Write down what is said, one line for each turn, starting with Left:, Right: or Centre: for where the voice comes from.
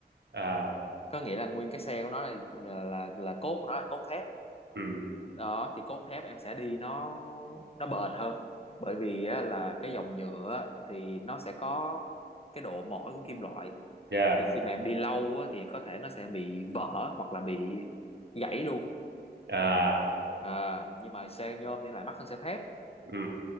Right: à
Left: có nghĩa là nguyên cái xe của nó là là là, là cốt của nó là cốt thép
Right: ừ
Left: đó thì cốt thép em sẽ đi nó nó bền hơn bởi vì á, là cái dòng nhựa á, thì nó sẽ có cái độ mỏi của kim loại
Right: dạ
Left: thì khi mà em đi lâu á, thì có thể nó sẽ bị vỡ hoặc là bị gãy luôn
Right: à
Left: à, nhưng mà xe nhôm thì lại mắc hơn xe thép
Right: ừ